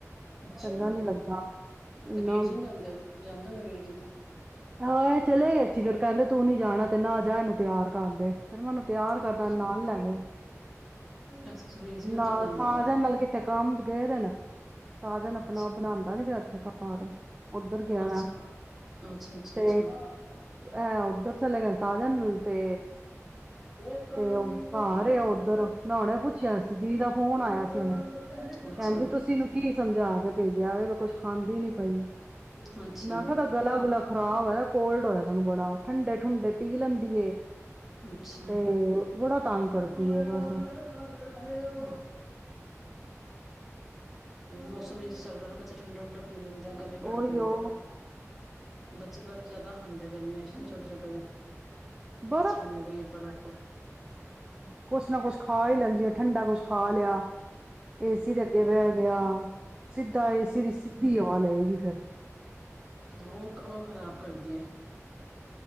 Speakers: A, in the centre; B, on the right (about 20°).
A: ਅੱਛਾ
B: ਚੰਗਾ ਨੀ ਲੱਗਦਾ ਇੰਨਾ
A: ਤੇ ਵੀਰ ਜਨ ਜਾਂਦੇ ਜਾਂਦੇ ਨੇ ਵੀਰ ਜੇ ਤੋਂ
B: ਹਾਂ ਚਲੇ ਗੇ ਫ਼ਿਰ ਕਹਿੰਦੇ ਤੂੰ ਨੀ ਜਾਣਾ ਤੇ ਨਾ ਜਾ ਇਹਨੂੰ ਤਿਆਰ ਕਰਦੇ ਫੇਿਰ ਮੈਨੂੰ ਤਿਆਰ
A: ਅੱਛਾ
B: ਕਰਦਾ ਨਾਲ ਲੈ ਗਏ
A: ਅੱਛਾ ਵੀਰ ਜੀ ਉੱਧਰ
B: ਨਾਲ
A: ਗਏ ਹੋਣੇ।
B: ਸਾਜਨ ਨਾਲ ਕਿਥੇ ਕੰਮ ਗਏ ਦਿਨ ਸਾਜਨ ਆਪਣਾ
A: ਅੱਛਾ।
B: ਬਣਾਉਂਦਾ ਨੀ ਪਿਆ ੱਥੇ ਘਰ ਉੱਧਰ ਗਿਆ
A: ਅੱਛਾ ਅੱਛਾ ਅੱਛਾ
B: ਤੇ
A: ਅੱਛਾ।
B: ਹੈ ਉੱਧਰ ਚਲੇ ਗਏ ਸਾਜਨ ਤੇ
A: ਜੋ ਪ੍ਰਾਣੀ
B: ਤੇ ਉਹ
A: ਨਿਖ
B: ਘਰ
A: ਦਿਨ
B: ਏ ਉੱਧਰ
A: ਪ
B: ਮੈਂ ਹੁਣੇ ਪੁੱਛਿਆ ਸੀ ਦੀ ਦਾ ਫੋਨ
A: ਰੂਪ
B: ਆਇਆ
A: ਰ
B: ਸੀ ਹੁਣੇ
A: ਕਛ
B: ਕਹਿੰਦੀ ਤੁਸੀਂ ਇਹਨੂੰ ਕੀ ਸਮਝਾ ਕੇ ਭੇਜਿਆ ਵੇ ਕੁੱਝ ਖਾਂਦੀ ਨੀ ਪਈ
A: ਹਜ ਹ
B: ਮੈਂ ਕਿਹਾ ਤਾਂ ਗਲਾ ਗੁਲਾ ਖ਼ਰਾਬ ਹੋਇਆ ਕੋਲਡ ਹੋਇਆ ਤੈਨੂੰ ਬੜਾ ਠੰਡੇ ਠੁੰਡੇ ਪੀ ਲੈਂਦੀ
A: ਅੱਛਾ
B: ਤੇ ਬੜਾ ਤੰਗ
A: ਬਵਾ
B: ਕਰਦੀ ਏ ਬਸ
A: ਮੈਂ ਫ ਅੱਛਾ ਹਮ ਮੌਸਮ ਵੀ ਚੱਲ ਰਿਹਾ ਨਾ ਬ ਡ ਪੀ ਲੈਂਦੇ ਗਲੇ
B: ਉਹੀਓ
A: ਬੈਠ ਜਾਂਦੇ ਫਿਰ ਬੱਚੇ ਬਰਫ਼ ਜਿਆਦਾ ਖਾਂਦੇ ਗਰਮੇ ਛੋਟੇ ਛੋਟੇ ਦਾ
B: ਬਰ
A: ਹੋ ਗਈ ਬਰਫ਼
B: ਕੁਛ ਨਾ ਕੁਛ ਖਾ ਹੀ ਲੈਂਦੀ ਹੈ, ਠੰਡਾ ਕੁਛ ਖਾ ਲਿਆ ਏਸੀ ਦੇ ਅੱਗੇ ਬਹਿ ਗਿਆ ਸਿੱਧਾ ਏਸੀ ਦੀ ਸਿੱਧੀ ਹਵਾ ਲਏਗੀ ਫਿਰ
A: ਉਹ ਉਹ ਖਰਾਬ ਕਰਦੀ ਆ